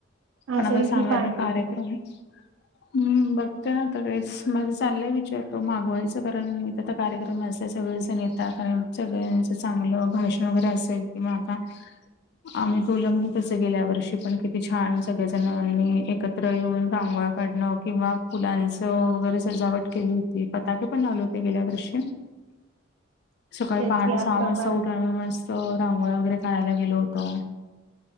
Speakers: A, on the left; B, on the right.
A: पता
B: असेल
A: सांगाचा
B: की पांढरी
A: कार्यक्रम
B: <inaudible>
A: हम्म बघते ना काळेच माझं चाललंय विचारतो मागवायचं कारण मी कार्यक्रम असेल सगळच नेता कारण सगळ्यांचं चांगलं भाषण वगैरे असेल कि माग
B: <inaudible>
A: आम्ही तुला माहितच गेल्या वर्षी पण किती छान सगळेजणाणी एकत त्र येऊन रांगोळ्या काढणं किंवा फुलांचं वगैरे सजावट केली होती. पताके पण लावलेते गेल्या वर्षी
B: <inaudible>
A: सकाळी
B: तेच
A: पहाटे
B: या
A: सहा
B: प्रकार
A: वाजता उठून आम्ही मस्त रांगोळ्या वगैरे काढायला गेलो होतो.